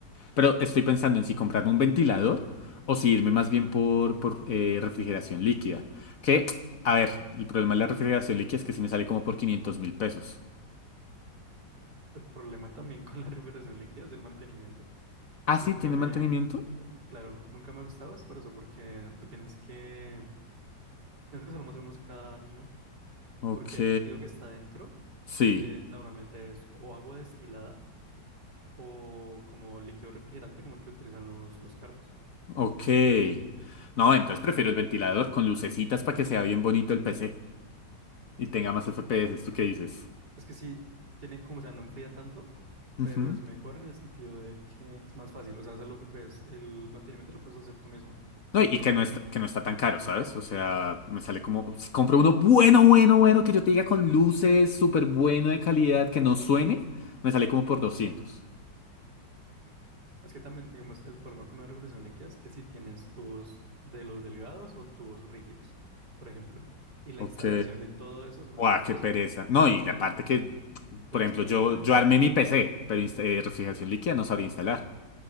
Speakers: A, on the left; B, on the right.
A: Pero estoy pensando en si comprarme un ventilador o si irme más bien por, por eh, refrigeración líquida. Que, a ver, el problema de la refrigeración líquida es que si me sale como por quinientos mil pesos.
B: el problema también con la <laughs> refrigeración líquida es el mantenimiento.
A: ¿Ah,
B: A
A: sí?
B: mí nunca
A: ¿Tiene
B: me,
A: mantenimiento?
B: mm, claro, nunca me gustaba es por eso, porque tú tienes que, tienes que hacerlo más o menos cada año,
A: Ok,
B: porque el líquido que está dentro
A: sí.
B: eh, normalmente es o agua destilada o como líquido refrigerante, como el que utilizan los, los carros.
A: Ok. No, entonces prefiero el ventilador con lucecitas para que sea bien bonito el PC y tenga más FPS, ¿tú qué dices?
B: Es que sí, tiene como, o sea, no enfría tanto,
A: Ujú.
B: pero es mejor en el sentido de que es más fácil. O sea, es algo que puedes, el mantenimiento lo puedes hacer tú mismo, sin
A: No, y
B: problema.
A: y que no está, que no está tan caro, ¿sabes? O sea, me sale como, si compro uno bueno, bueno, bueno, que yo te diga con luces, súper bueno de calidad, que no suene, me sale como por doscientos.
B: Es que también, digamos, el problema con la refrigeración líquida es que si tienes tubos de los delgados o tubos rígidos, por ejemplo, y la
A: Ok.
B: instalación de todo eso es más
A: Guau,
B: costoso,
A: qué pereza. No, y la parte que,
B: es
A: por
B: más
A: ejemplo,
B: compleja
A: yo,
B: también.
A: yo armé mi PC, pero insta- eh, refrigeración líquida no sabría instalar.